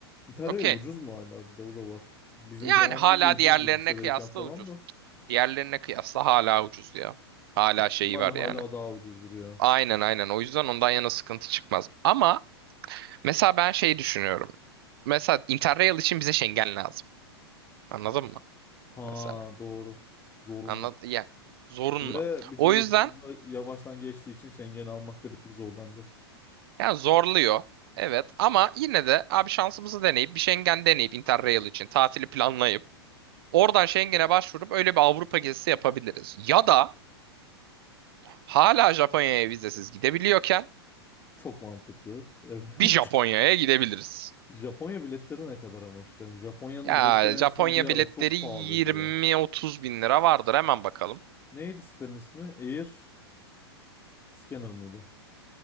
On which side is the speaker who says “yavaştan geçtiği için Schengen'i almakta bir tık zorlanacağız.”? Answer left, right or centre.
Left